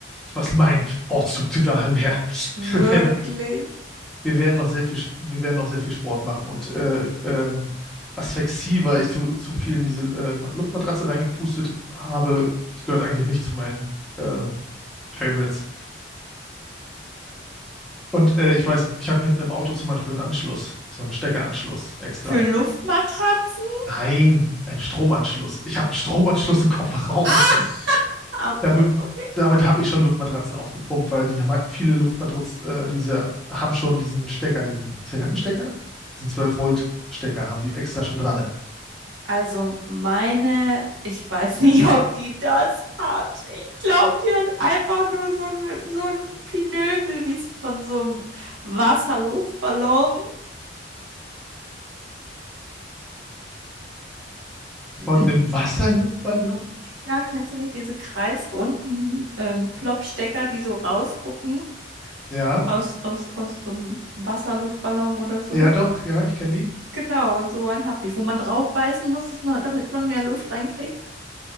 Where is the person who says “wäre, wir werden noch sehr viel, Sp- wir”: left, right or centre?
Centre